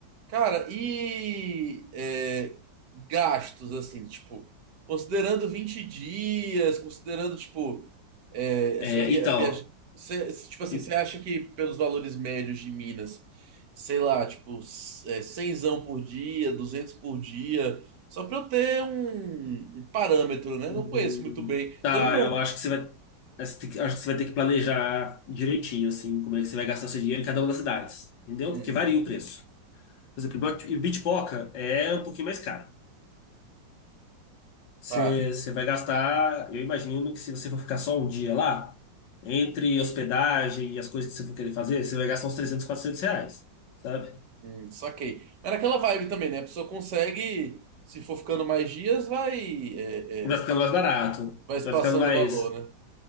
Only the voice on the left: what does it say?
É,
então,
e-
hum,
tá,
eu acho
que você vai, acho que acho que você vai ter que planejar direitinho, assim, como é que você vai gastar seu dinheiro em cada uma das cidades, entendeu?
Porque varia o preço. Por exemplo, Ibitipoca é um pouquinho mais caro. Você,
você vai gastar, eu imagino que se você for ficar só um dia lá, entre hospedagem e as coisas que você for querer fazer, você vai gastar uns 300, 400 reais, sabe?
Vai
ficando mais barato,
vai
ficando mais.